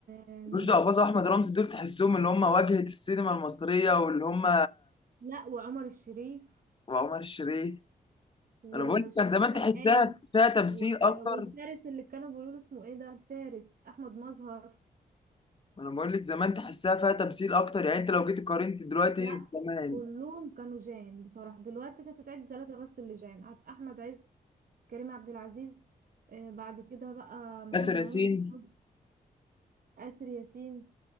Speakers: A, on the right; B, on the left.
A: آم،
B: رشدي اباظه احمد رمزي دول تحسهم اللي هم واجهه السينما المصريه واللي هم
A: لا وعمر الشريف
B: وعمر الشريف
A: وشكري
B: انا بقول لك كان زمان
A: سرحان
B: تحسها فيها تمثيل
A: و-
B: اكتر
A: والفارس اللي كانوا بيقولوا له اسمه ايه ده الفارس أحمد مظهر
B: انا بقول لك زمان تحسها فيها تمثيل اكتر يعني انت لو جيت قارنت دلوقتي
A: لا
B: زمان
A: كلهم كانوا جان بصراحة دلوقتي انت تعد ثلاثة بس اللي جان عت- أحمد عز كريم عبد العزيز آه، بعد كده بقى محمد
B: ياسر ياسين
A: رمضان مش قوي آسر ياسين